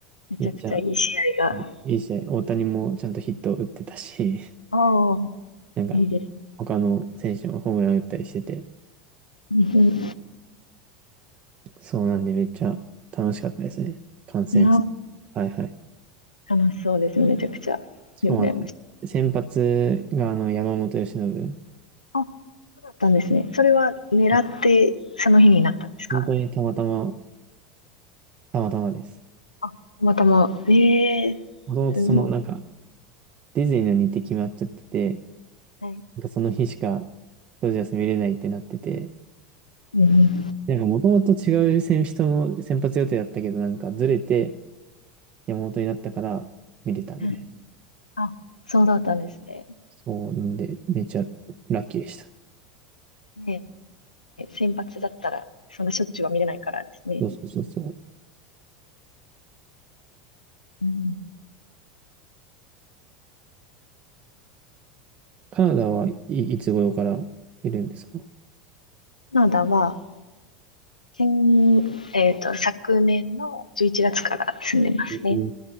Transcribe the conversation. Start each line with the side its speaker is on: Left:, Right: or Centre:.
Left: めちゃくちゃいい試合が。
Right: めっちゃいい試合、大谷もちゃんとヒット打ってたし、
Left: ああ、
Right: <laughs> なんか、
Left: いいです。
Right: 他の選手もホームラン打ったりしてて、
Left: うんい
Right: そうなんでめっちゃ楽しかったですね。観戦。
Left: や、
Right: はいはい。
Left: 楽しそうですね。めちゃくちゃ。
Right: しかもあの、
Left: で、羨ましい。
Right: 先発があの、山本由伸。
Left: あ、そうだったんですね。それは狙って、
Right: はい
Left: その日になったんですか
Right: 本当にたまたま、たまたまです。
Left: あ、たまたま。ええ
Right: もともとその、
Left: すご
Right: なんか、ディズニーの日程決まっちゃってて、
Left: い。はい。
Right: なんかその日しか、ドジャース見れないってなってて、
Left: うん
Right: なんかもともと違う選手との先発予定だったけど、なんかずれて、山本になったから見れたみたいな。
Left: うん。あ、そうだったんですね。
Right: そう、なんで、めちゃラッキーでした。
Left: ねえ、先発だったら、そんなしょっちゅうは見れないからですね。
Right: そうそうそうそう。
Left: うん。
Right: カナダはい、いつ頃からいるんですか
Left: カナダは、先、えっと、昨年の11月から住んでますね。
Right: うん